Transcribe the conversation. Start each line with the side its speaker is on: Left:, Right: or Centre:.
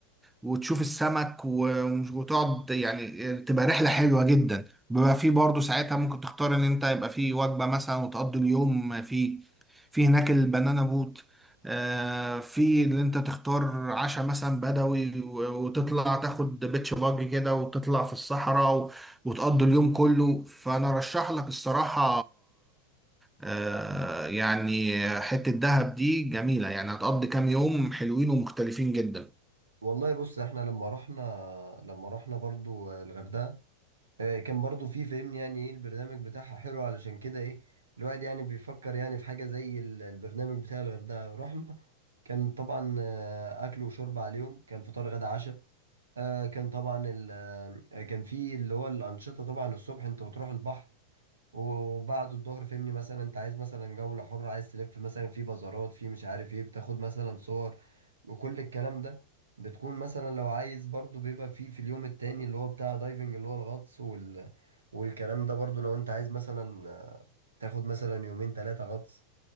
Centre: وتشوف السمك و... وتقعد يعني آه، تبقى رحلة حلوة جدا بيبقى فيه برضه ساعتها ممكن تختار ان انت يبقى فيه وجبة مثلا وتقضي اليوم فيه في هناك البنانا بوت آه، في اللي انت تختار عشاء مثلا بدوي و- وتطلع تاخد بيتش باجي كده وتطلع في الصحراء و- وتقضي اليوم كله فانا رشح لك الصراحة آه، يعني حتة دهب دي جميلة يعني هتقضي كام يوم حلوين ومختلفين جدا
Right: والله بص احنا لما رحنا لما رحنا برضو الغردقه آه، كان برضو في فهمني يعني ايه البرنامج بتاعها حلو علشان كده ايه الواحد يعني بيفكر يعني في حاجة زي ال- البرنامج بتاع الغردقة رحنا كان طبعا آه، اكل وشرب عليهم كان فطار غدا عشاء آه، كان طبعا ال- آه، كان في اللي هو الأنشطة طبعا الصبح انت بتروح البحر وبعد الظهر فهمني مثلا انت عايز مثلا جولة حرة عايز تلف مثلا في بازارات في مش عارف ايه بتاخد مثلا صور وكل الكلام ده بتكون مثلا لو عايز برضو بيبقى في في اليوم التاني اللي هو بتاع دايفنج اللي هو الغطس وال... والكلام ده برضو لو انت عايز مثلا آه، تاخد مثلا يومين ثلاثة غطس